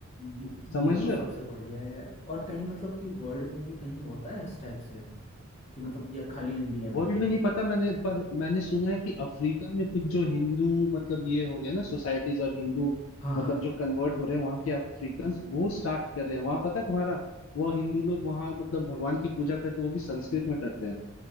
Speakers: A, on the left (about 30°); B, on the left (about 60°).
A: ये,
B: समझ
A: ये तो
B: रहे
A: सबसे
B: हो
A: बढ़िया है यार और कहीं मतलब कि वर्ल्ड में भी कहीं होता है इस टाइप से कि मतलब या खाली इंडिया में
B: वर्ल्ड
A: ही
B: में नहीं पता मैंने पर मैंने सुना है कि अफ्रीका में कुछ जो हिंदू मतलब ये हो गए ना सोसाइटीज और हिंदू
A: हाँ
B: मतलब
A: हाँ
B: जो कन्वर्ट हो रहे हैं वहां के अफ्रीकन वो स्टार्ट कर रहे हैं वहां पता है तुम्हारा वो हिंदू लोग वहां मतलब भगवान की पूजा करते हैं वो भी संस्कृत में करते हैं